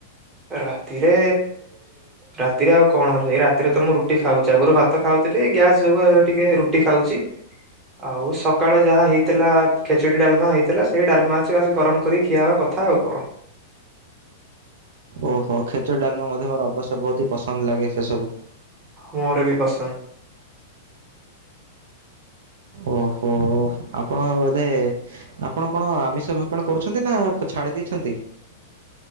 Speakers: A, on the right; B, on the right.
A: ରାତିରେ ରାତିରେ ଆଉ କଣ କରଛି ଏ ରାତିରେ ତ ମୁଁ ରୁଟି ଖାଉଛି ଆଗରୁ ଭା ତ ଖାଉଥିଲି ଗ୍ୟାସ ଯୋଗୁ ଏ ଟିକେ ରୁଟି ଖାଉଚି। ଆଉ ସକାଳ ଯାହା ହେଇଥିଲା ଖେଚୁଡି ଡାଲମା ହେଇଥିଲା ସେଇ ଡାଲମା ଅଛି ବାସ ଗରମ କରି ଖିଆବା କ ଥାଉ କଣ?
B: ଓହୋ ଖେଚୁଡି ଡାଲମା ମଧ୍ୟ ମୋର ଅବଶ୍ୟ ବହୁତ ହି ପସନ୍ଦ ଲାଗେ ସେ ସବୁ।
A: ମୋର ବି ପସନ୍ଦ।
B: ଓହୋ ଆପଣ ବୋଧେ ଆପଣ କଣ ଆମିଷ ଭକ୍ଷଣ କରୁଛନ୍ତି ନା ଛାଡି ଦେଇଛନ୍ତି?